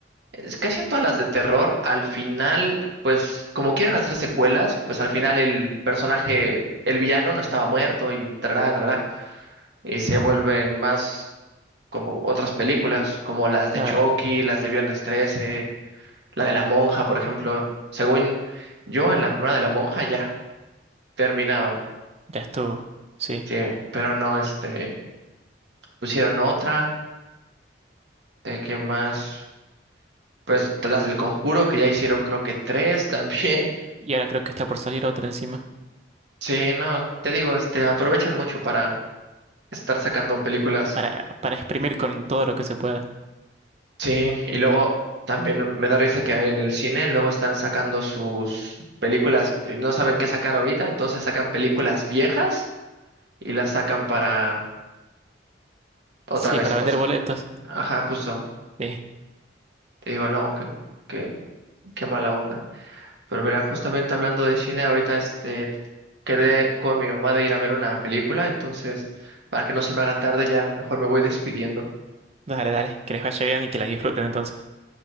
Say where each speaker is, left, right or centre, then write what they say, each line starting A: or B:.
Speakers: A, on the right; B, on the right.
A: es casi en todas las de terror, al final, pues como quieren hacer secuelas, pues al final el personaje, el villano no estaba muerto y trará, trará, y se vuelven más como otras películas, como las de
B: claro,
A: Chucky, las de Viernes 13, la de La Monja, por ejemplo. Según yo, en la primera de La Monja ya terminaban.
B: ya estuvo. Sí.
A: Sí, pero no, este, pusieron otra, de que más, pues de las del Conjuro, que ya hicieron creo que tres <laughs> también.
B: Y ahora creo que está por salir otra encima.
A: Sí, no, te digo, este, aprovechan mucho para estar sacando películas.
B: Para, para exprimir con todo lo que se pueda.
A: Sí, y luego también me da risa que en el cine luego están sacando sus películas, y no saben qué sacar ahorita, entonces sacan películas viejas y las sacan para otra
B: Sí,
A: vez,
B: para
A: o
B: vender
A: sea,
B: boletos.
A: ajá, justo.
B: Sí.
A: Te digo, no, que, que, qué mala onda. Pero mira, justamente hablando de cine, ahorita este quedé con mi mamá de ir a ver una película, entonces para que no se me haga tarde, ya mejor me voy despidiendo.
B: Dale, dale. Que les vaya bien y que las disfruten entonces.